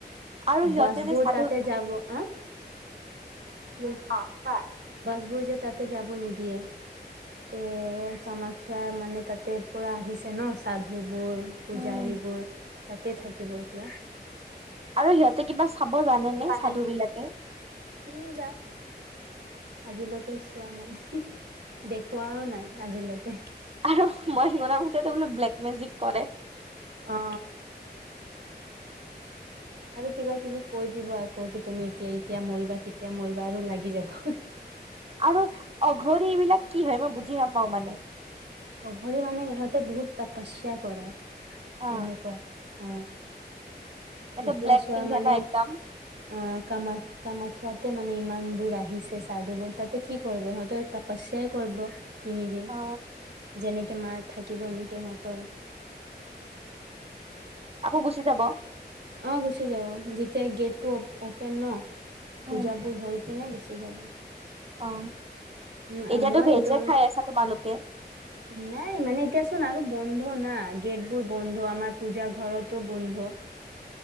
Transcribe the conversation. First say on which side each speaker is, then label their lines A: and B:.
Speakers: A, on the right (about 35°); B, on the right (about 75°).
A: আৰু সিহঁতে
B: বাছবোৰ
A: যে সাধু
B: তাতে যাব, আ <unintelligible> অ', কোৱা বাছবোৰ যে তাতে যাব নিদিয়ে তে, ত', মই <unintelligible> মানে তাতে পুৰা আহিছে ন' চাধু বোৰ, পুজাৰীবোৰ
A: উম
B: তাতে থাকিব এতিয়া।
A: আৰু সিহঁতে কিবা চাব জানেনে?
B: মানে
A: চাধু বিলাকে?
B: <unintelligible> আজিলৈকে চোৱা নাই দেখুৱাও নাই আজিলৈকে
A: আৰু মই কৰা মতেতো বোলো ব্লেক মেজিক কৰে।
B: অ, আৰু কিবা কিবি কৈ দিব আকৌ কি তুমি এতিয়া এতিয়া মৰিবা তেতিয়া মৰিবা আৰু লাগি যাব
A: আৰু অঘৰী বিলাক কি হয় মই বুজি নাপাও মানে
B: অঘৰি মানে ইহঁতে বহুত তাপচ্যা কৰে।
A: অ
B: এনেকুৱা অ
A: এটা
B: এতিয়া
A: ব্লেক
B: চোৱা
A: পিন্ধে
B: মানে
A: ন একদম
B: অ কামত কামাখ্যাতে মানে ইমান বোৰ আহিছে সাদু বোৰ তাতে কি কৰিব সিহঁতে তাপচ্যাই কৰিব। তিনিদিন।
A: অ
B: যেনেকে মা থাকিব এনেকে ইহঁতৰ
A: আকৌ গুচি যাব।
B: অ, গুচি যাব যেতিয়া গেটটো অপেন ন।
A: উম
B: পূজাবোৰ হৈ কিনে গুচি যাব।
A: অ
B: উম
A: এতিয়াতো
B: মই
A: ভেজে
B: এইটো
A: খাই আছা তোমালোক? তে
B: নাই মানে এতিয়াচোন আৰু বন্ধ না গেটবোৰ বন্ধ আমাৰ পূজা ঘৰতো বন্ধ।